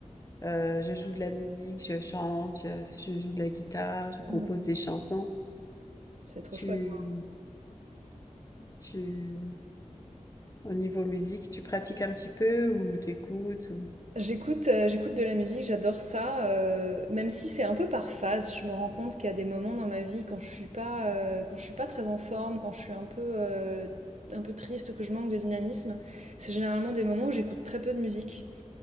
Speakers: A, on the left (about 25°); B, on the right (about 65°).
A: euh, je joue de la musique, je chante, je, je joue de la guitare, je compose
B: Mmh
A: des chansons.
B: C'est trop
A: Tu,
B: chouette.
A: tu, au niveau musique, tu pratiques un petit peu ou t'écoutes ou...
B: J'écoute, heu, j'écoute de la musique, j'adore ça, heu, même si c'est un peu par phase. Je me rends compte qu'il y a des moments dans ma vie quand je suis pas, heu, quand je suis pas très en forme, quand je suis un peu, heu, un peu triste ou que je manque de dynamisme, c'est généralement des moments où j'écoute très peu de musique,